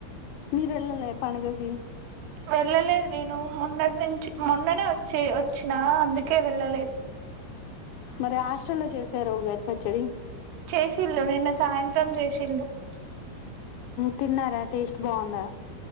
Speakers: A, on the left (about 75°); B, on the right (about 80°).
A: మీరు వెళ్ళే పడుగకి
B: వెళ్ళలేదు నేను మొన్నటి నుంచి మొన్ననే వచ్చే వచ్చినా అందుకే వెళ్ళలేదు
A: మరి హాస్టల్లో చేస్తార ఉగాది పచ్చడి
B: <unintelligible> నిన్న సాయంత్రం <unintelligible>
A: తిన్నారా టేస్ట్ బాగుందా